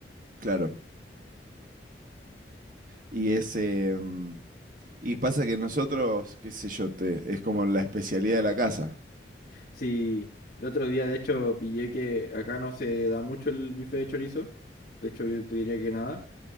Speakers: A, on the right; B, on the left.
A: Claro. Y ese. y pasa que nosotros, qué sé yo, te, es como la especialidad de la casa.
B: Sí, el otro día de hecho pillé que acá no se da mucho el bife de chorizo. De hecho yo te diría que nada.